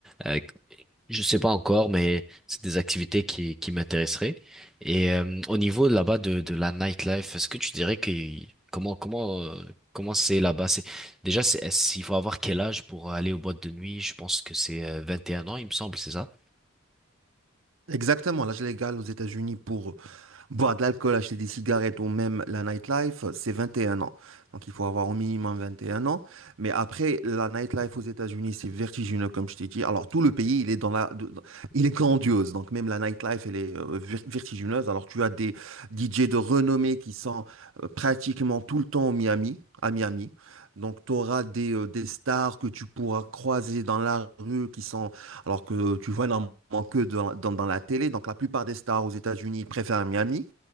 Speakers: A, in the centre; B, on the right.
A: euh, Je sais pas encore, mais c'est des activités qui, qui m'intéresseraient. Et euh, au niveau là-bas de, de la nightlife, est-ce que tu dirais que comment comment euh, comment c'est là-bas? C'est déjà c'est est-ce- il faut avoir quel âge pour aller aux boîtes de nuit? Je pense que c'est euh, 21 ans, il me semble, c'est ça?
B: Exactement, l'âge légal aux États-Unis pour, Boire de l'alcool, acheter des cigarettes ou même la nightlife, c'est 21 ans. Donc il faut avoir au minimum 21 ans. Mais après, la nightlife aux États-Unis, c'est vertigineux, comme je t'ai dit. Alors tout le pays, il est dans la, de- dans- il est grandiose. Donc même la nightlife, elle est euh, ver- vertigineuse. Alors tu as des DJ de renommée qui sont euh, pratiquement tout le temps au Miami, à Miami. Donc tu auras des, euh, des stars que tu pourras croiser dans la rue qui sont alors que tu vois énormément que dans, dans, dans la télé. Donc la plupart des stars aux États-Unis préfèrent Miami